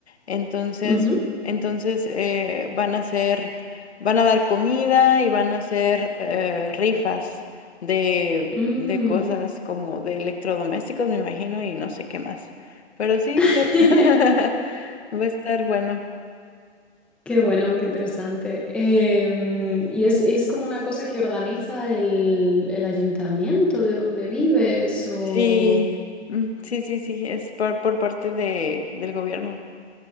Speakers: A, on the left (about 70°); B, in the centre.
A: Entonces,
B: Ujú,
A: entonces eh, van a hacer, van a dar comida y van a hacer eh, rifas de,
B: mm.
A: de cosas como de electrodomésticos, me imagino, y no sé qué más. Pero sí,
B: <laughs>
A: va, <laughs> va a estar bueno.
B: Qué bueno, qué interesante. Em, y es, es como una cosa que organiza el, el ayuntamiento de donde vives o...
A: Sí, mm, sí, sí, sí, es por, por parte de, del gobierno.